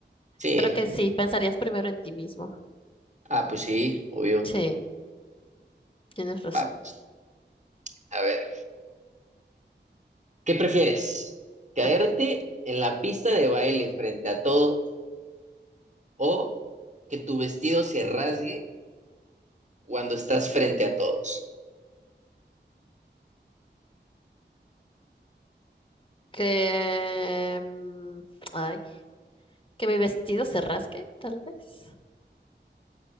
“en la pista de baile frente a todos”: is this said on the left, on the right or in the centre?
Right